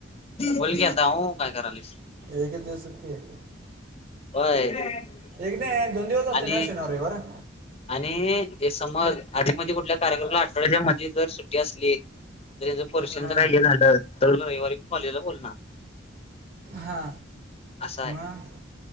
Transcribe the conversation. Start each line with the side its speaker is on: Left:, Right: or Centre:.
Left: बोल की आता अ काय करालीस
Right: एक दिवस सुट्टी आहे.
Left: होय
Right: एक ना दोन दिवस जातोय
Left: आणि
Right: ना शनिवार रविवार
Left: आणि हे समज आधी मधी कुठल्या कार्यक्रमाला आठवड्याच्या मध्ये जर सुट्टी असली पोर्शन
Right: हां
Left: चे काय हे झाल तर रविवारी कॉलेज बोलणार.
Right: हा
Left: असं आहे
Right: मग